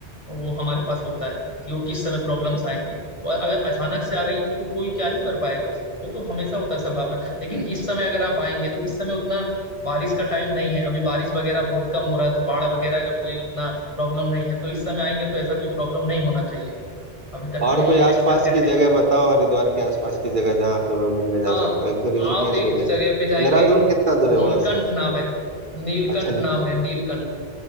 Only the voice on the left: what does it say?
वो हमारे पास होता है कि वो किस समय प्रॉब्लम्स आएंगी और अगर अचानक से आ रही है तो फिर कोई क्या ही कर पाएगा उसे वो तो हमेशा होता है संभावना लेकिन इस समय अगर आप आएंगे तो इस समय उतना बारिश का टाइम नहीं है अभी बारिश वगैरह बहुत कम हो रहा है तो बाढ़ वगैरह का कोई उतना प्रॉब्लम नहीं है तो इस समय आएंगे तो ऐसा कोई प्रॉब्लम नहीं होना चाहिए अभी तक
तो यही
एक्सपेक्टेड
है
हाँ
आप एक
जगह पे जाएंगे
नीलकंठ
नाम है नीलकंठ
नाम है नीलकंठ